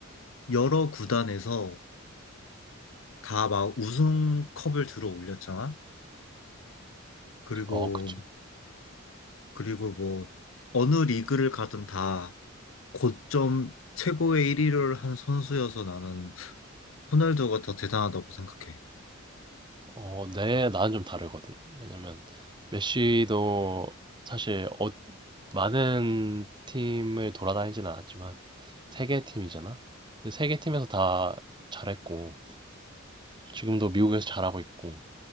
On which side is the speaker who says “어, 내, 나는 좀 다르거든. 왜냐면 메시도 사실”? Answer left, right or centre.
Right